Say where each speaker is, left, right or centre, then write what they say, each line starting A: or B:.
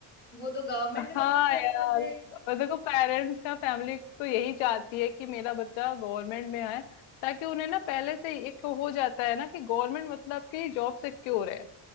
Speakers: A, on the left; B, on the left.
A: वो तो गवर्नमेंट
B: हाँ
A: जॉब करने
B: यार
A: लग गए
B: और देखो पेरेंट्स का फैमिली तो यही चाहती है कि मेरा बच्चा गवर्नमेंट में है ताकि उन्हें ना पहले से ही एक हो जाता है ना कि गवर्नमेंट मतलब कि जॉब सिक्योर है